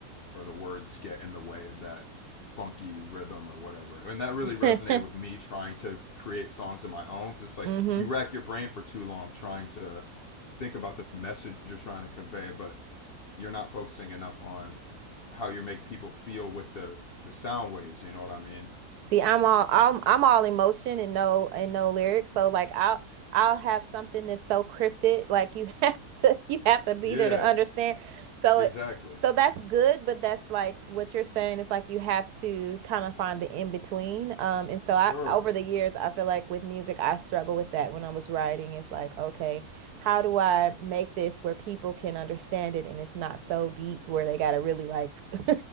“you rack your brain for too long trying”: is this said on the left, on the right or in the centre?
Left